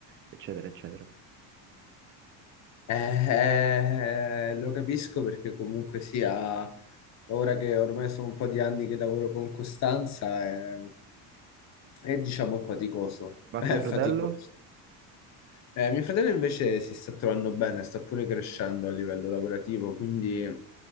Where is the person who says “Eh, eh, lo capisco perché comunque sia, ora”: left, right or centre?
Left